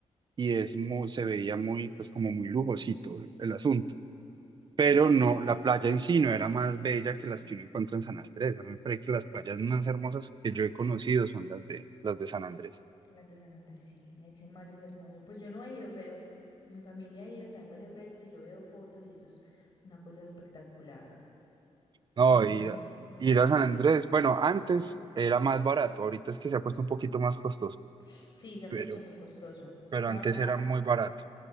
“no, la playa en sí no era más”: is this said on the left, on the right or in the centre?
Right